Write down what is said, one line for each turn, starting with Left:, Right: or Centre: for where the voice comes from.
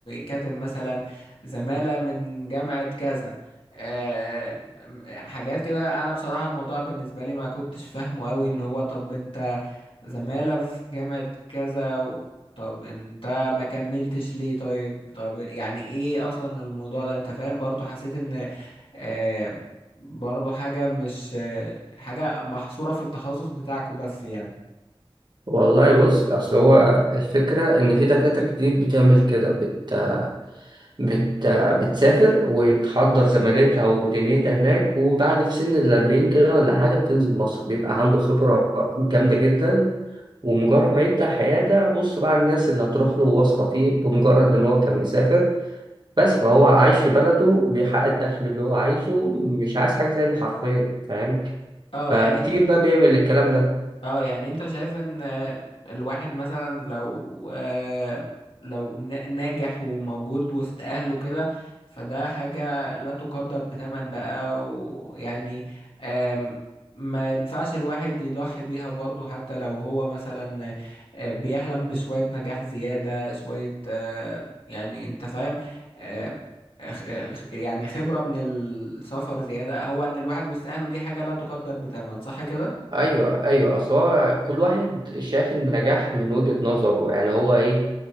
Left: كاتب مثلا زمالة من جامعة كذا آم، آم، حاجات كده انا بصراحة الموضوع بالنسبة لي ما كنتش فاهمه قوي اللي هو طب انت زمالة في جامعة كذا و... طب انت ما كملتش ليه طيب طب يعني ايه اصلا الموضوع ده انت فاهم برضو حسيت ان آه، برضو حاجة مش آه، حاجة محصورة في التخصص بتاعكوا بس يعني
Right: والله بص أصل هو الفكرة إن في دكاترة كتير بتعمل كده بت... بت... بتسافر وتحضر زمالتها ودنيتها هناك وبعد في سن الأربعين كده ولا حاجة بتنزل مصر بيبقى عنده خبرة جامدة جدا ومجرد ما يبدأ حياة ده بص بقى الناس اللي هتروح له واثقة فيه بمجرد إن هو كان مسافر بس فهو عايش في بلده بيحقق الدخل اللي هو عايزه مش عايز حاجة تاني حرفيا فاهم
Left: اه
Right: فكتير
Left: يعني
Right: بقى بيعمل الكلام ده
Left: اه يعني انت شايف ان آه، الواحد مثلا لو آه، لو نا- ناجح وموجود وسط اهله كده فده حاجة لا تقدر بثمن بقى ويعني آم، ما ينفعش الواحد يضحي بيها برضه حتى لو هو مثلا آه، بيحلم بشوية نجاح زيادة شوية آه، يعني انت فاهم آه، خ- خ- يعني خبرة من السفر زيادة هو ان الواحد وسط اهله دي حاجة لا تقدر بثمن صح كده؟
Right: ايوه ايوه اصل هو كل واحد شايف النجاح من وجهة نظره يعني هو ايه